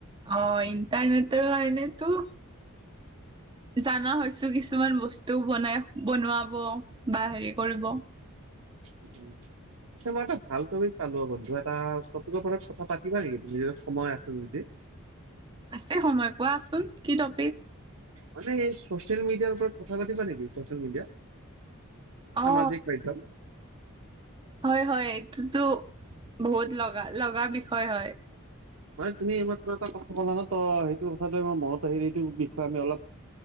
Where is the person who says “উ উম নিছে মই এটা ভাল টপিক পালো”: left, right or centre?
Right